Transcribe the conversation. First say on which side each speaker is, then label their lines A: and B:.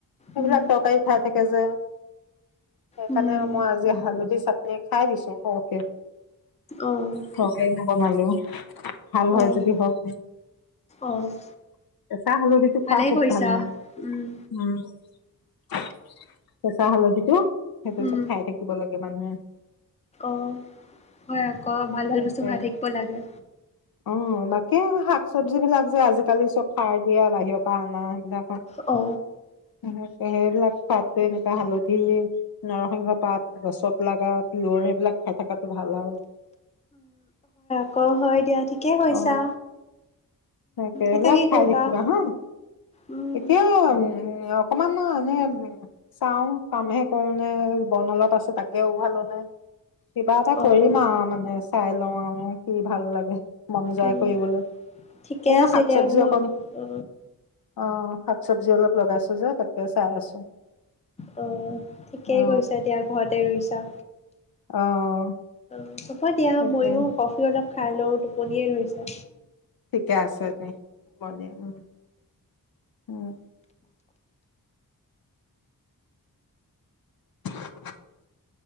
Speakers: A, on the left; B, on the left.
A: সেইবিলাক
B: উম,
A: তৰকাৰী খাই থাকে যে সেইকাৰণে
B: উম,
A: মই আজি হালধি চাটনি খাই দিছো সৰকে
B: অ',
A: সৰকে নবনালো ভাল
B: অ',
A: হয় যদি হওক
B: অ',
A: চাহ হালধিটো
B: ভালেই
A: খোৱা খুব
B: কৰিছা,
A: ভাল মানে
B: উম,
A: উম <inaudible> কেঁচা হালধিটো সেইটো
B: উম,
A: যে খাই থাকিব লাগে মানুহে
B: অ'। আকৌ ভাল ভাল
A: তাকে
B: বস্তু খাই থাকিব লাগে
A: অ বাকী শাক চবজি বিলাক যে আজিকালি চব সাৰ দিয়া বাহিৰৰ পৰা অনা সেইবিলাক
B: অ
A: সে সেইবিলাক পাতে <unintelligible> নকি কেঁচা হালধি নৰসিংহ পাত গছত লগা তিয় সেইবিলাক খাই থকাতটো ভাল আৰু
B: অ হয় দিয়া ঠিকে কৈছা
A: অ তাকে সেইবিলাক
B: এতিয়া কি
A: খাই
B: কৰিবা
A: থাকিবা হা
B: উম,
A: এতিয়া উ অকমান এনে চাও কামহে কৰো নে বন অলপ আছে তাকে উঘালো নে কিবা এটা
B: অ',
A: কৰিম আৰু মানে চাই লওঁ আৰু কি ভাল লাগে মন যায়
B: উম,
A: কৰিবলৈ
B: ঠিকে
A: এয়া
B: আছে
A: শাক
B: দিয়ক
A: চবজি
B: মই
A: অকন
B: অ
A: অ শাক চব্জি অলপ লগাইছো যে তাকে চাই আছো
B: অ', ঠিকেই
A: অ
B: কৰিছা এতিয়া ঘৰতে ৰুইছা
A: অ
B: <inaudible> <inaudible> অ দিয়া
A: তাকে
B: ময়ো কফি একাপ খালো কলিয়ে ধৰিছিলে
A: ঠিকে আছে দে হ'ব দিয়া উম উম <inaudible> <inaudible>